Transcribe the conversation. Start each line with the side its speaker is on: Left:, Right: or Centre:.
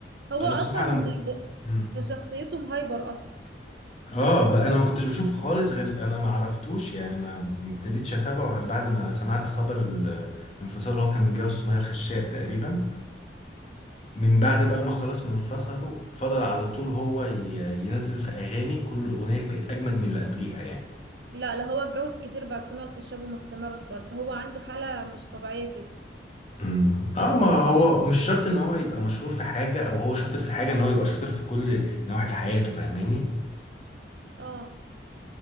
Right: هو
Left: انا
Right: أصلا
Left: بصراحة انا م...
Right: ب-
Left: مم.
Right: بشخصيته مهايبر أصلا
Left: اه بقى انا ما كنتش بشوف خالص غير انا ما عرفتوش يعني ما ما ابتديتش اتابعه غير بعد ما سمعت خبر الانفصال اللي هو كان متجوز سمية الخشاب تقريبا من بعد بقى ما خلاص ما انفصلوا فضل على طول هو ي- ينزل في اغاني كل اغنيه بقت اجمد من اللي قبليها يعني
Right: لا لا هو اتجوز كتير بعد سمية الخشاب وما استمرش برضه هو عنده حالة مش طبيعية كده
Left: امم اه ما هو مش شرط ان هو يبقى مشهور في حاجه او هو شاطر في حاجه ان هو يبقى شاطر في كل نواحي في حياته فاهماني
Right: اه